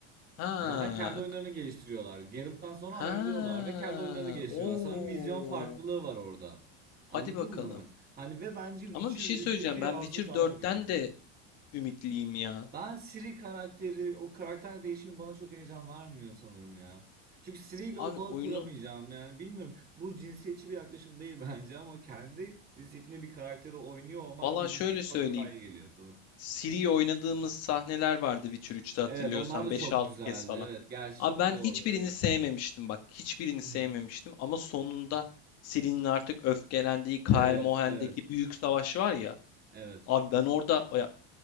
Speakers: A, on the left; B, on the right.
A: Ha.
B: Zaten kendi oyunlarını
A: k-
B: geliştiriyorlar. Geralt'tan sonra ayrılıyorlar
A: Ha.
B: ve kendi oyunlarını geliştiriyorlar.
A: Oo.
B: Sanırım vizyon farklılığı var orada.
A: Hadi
B: Anladın
A: bakalım.
B: mı? Hani ve bence Witcher
A: Ama bir şey
B: 3'teki
A: söyleyeceğim. Ben
B: hazzı
A: Witcher
B: daha
A: 4'ten
B: çok yakaladı.
A: de ümitliyim ya.
B: Ben Siri karakteri, o karakter değişimi bana çok heyecan vermiyor sanırım ya. Çünkü Siri ile
A: Abi
B: o bağı
A: oyunu
B: kuramayacağım yani bilmiyorum. Bu cinsiyetçi bir yaklaşım değil <laughs> bence ama kendi cinsiyetimde bir karakteri oynuyor olmak
A: Valla
B: bilinci
A: şöyle söyleyeyim.
B: bana daha iyi geliyor sanırım.
A: Ciri'yi oynadığımız sahneler vardı Witcher 3'te hatırlıyorsan
B: Evet, onlar da
A: beş
B: çok
A: altı
B: güzeldi.
A: kez falan.
B: Evet, gerçi
A: Abi
B: çok
A: ben
B: doğru.
A: hiçbirini
B: Evet.
A: sevmemiştim bak. Hiçbirini
B: <laughs>
A: sevmemiştim ama sonunda Ciri'nin artık öfkelendiği Kaer
B: Evet,
A: Mohen'deki
B: evet,
A: büyük savaş var ya.
B: evet.
A: Abi ben orada ya,